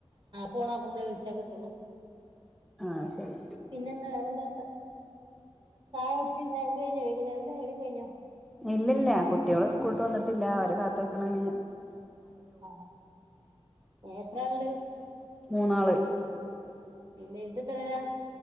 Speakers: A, on the right (about 50°); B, in the centre.
A: നമ്മള് വിളിച്ചാൽ കിട്ടുള്ളൂ
B: ആ ശെരി
A: പിന്നെന്താ വേറെന്താ ചായ കുട്ച്ചോ ചായ കുടി കയ്ഞ്ഞോ വൈകുന്നേരം ചായ കുടിക്കെ കയ്ഞ്ഞോ
B: ഇല്ലില്ല കുട്ടികള് സ്കൂൾട്ട് വന്ന്ട്ടില്ല അവരെ കാത്ത് നിക്കണഞ്ഞ്
A: ആ എത്രാള്ണ്ട്
B: മൂന്നാള്
A: ഏ വെൽതെത്രേലാ